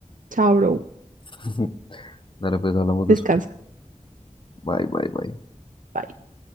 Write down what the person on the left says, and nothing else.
<laughs> Dale, pues hablamos
después. Bye, bye, bye.